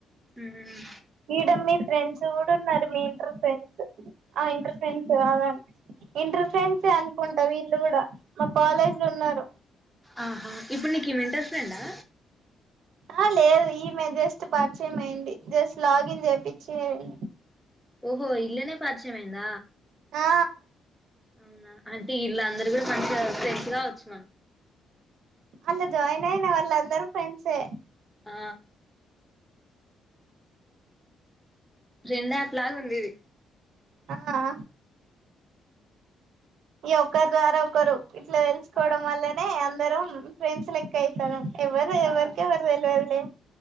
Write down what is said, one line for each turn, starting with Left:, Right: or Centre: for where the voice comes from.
Centre: మ్మ్
Right: ఈడ మీ ఫ్రెండ్స్ కూడా ఉన్నారు మీ ఇంటర్ ఫ్రెండ్స్ ఆ ఇంటర్ ఫ్రెండ్స్ కాద ఇంటర్ ప్రెండ్సఅనుకుంటా వీళ్ళు కూడా మా కాలేజ్ లో ఉన్నారు
Centre: ఆహా ఇప్పుడు నీకు వినిపింఛలేధా
Right: ఆ లేదు ఈమెే జస్ట్ పరిచయం అయంంది జస్ట్ లాగిన్ చేయిించేడి
Centre: ఓహో ఇరోజె పరిచయమైంధ
Right: ఆ
Centre: అవునా అంటే ఇీళ్ళ అందరు కూడా మంచిగా ఫ్రెంస్ గావచ్చు
Right: అళ్లా జాయిన్ అయిన వాళ్ళ అందరూ ఫ్రెండ్సే
Centre: ఆ రెండ్ యాప్ లాగ ఉంది ఇది
Right: ఆమ్మో ఒకరి ద్వారా ఒకరు ఇట్లా తెలుసుకోవడం
Centre: ఆ
Right: వల్లనే అ మనం ఫ్రెండ్స్ లెక్క అయితాన్నం ఎవరు
Centre: ఆ
Right: ఎవరికే ఎవరు తెలియదులే